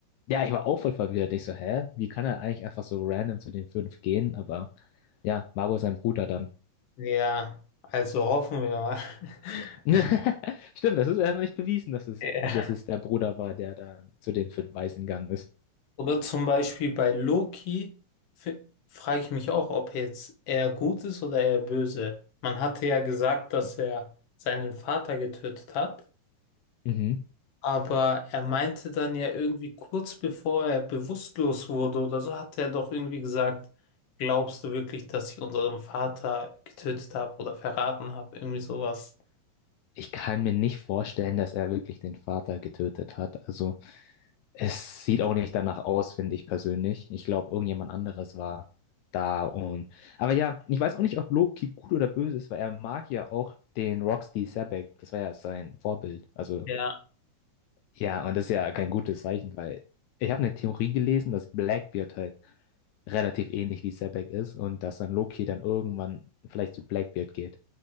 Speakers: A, on the left; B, on the left.
A: Ja, ich war auch voll verwirrt. Ich so, hä? Wie kann er eigentlich einfach so random zu den fünf gehen? Aber ja, war wohl sein Bruder dann.
B: Ja, also hoffen wir mal. <laughs>
A: <laughs> Stimmt, das ist ja noch nicht bewiesen, dass es,
B: Ja.
A: dass es der Bruder war, der da zu den fünf Weißen gegangen ist.
B: Oder zum Beispiel bei Loki frage ich mich auch, ob jetzt er gut ist oder er böse. Man hatte ja gesagt, dass er seinen Vater getötet hat,
A: Mhm.
B: aber er meinte dann ja irgendwie kurz bevor er bewusstlos wurde oder so, hat er doch irgendwie gesagt, glaubst du wirklich, dass ich unseren Vater getötet habe oder verraten habe? Irgendwie sowas.
A: Ich kann mir nicht vorstellen, dass er wirklich den Vater getötet hat. Also es sieht auch nicht danach aus, finde ich persönlich. Ich glaube, irgendjemand anderes war da und. Aber ja, ich weiß auch nicht, ob Loki gut oder böse ist, weil er mag ja auch den Roxy Sabek. Das war ja sein Vorbild. Also
B: Ja.
A: ja, und das ist ja kein gutes Zeichen, weil ich habe eine Theorie gelesen, dass Blackbeard halt relativ ähnlich wie Sabek ist und dass dann Loki dann irgendwann vielleicht zu Blackbeard geht.